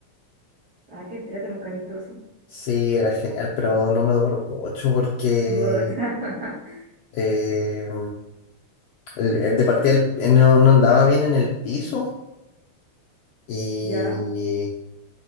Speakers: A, on the right; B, on the left.
A: Ah, qué entrete, nunca he visto eso.
B: Sí, era genial, pero no me duró mucho porque
A: Puta. <laughs>
B: eh, el- el- de partida el- eh, no, no andaba bien en el piso y,
A: Ya,